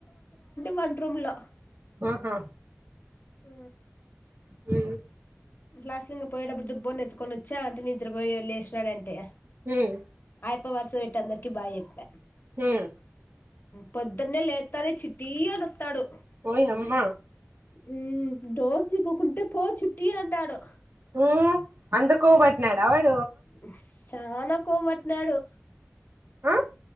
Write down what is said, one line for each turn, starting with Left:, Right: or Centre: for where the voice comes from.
Left: వంట్ రూమ్లో
Right: ఆహా
Left: ఆ
Right: హ్మ్
Left: లాస్ట్ లొ ఇంగ పోయేడప్పుడు దుబ్బొన్నెత్తుకొని వచ్చా ఆంటీ నిద్రపోయాడ్ లేసినాడంటె.
Right: ఉమ్
Left: ఆయప్ప వరస బెట్టి అందరికి బాయ్ చెప్ప.
Right: హ్మ్మ్
Left: పొద్దున్నే లేత్తనె చిట్టీ అనొత్తాడు.
Right: ఓయమ్మ
Left: ఊ డోర్ తీకోకుంటే పో చిట్టీ అంటాడు
Right: ఊ అంత కొవ్ బట్నాడ వడ్
Left: బస్ చాన కొవ్ బట్నాడు.
Right: ఆ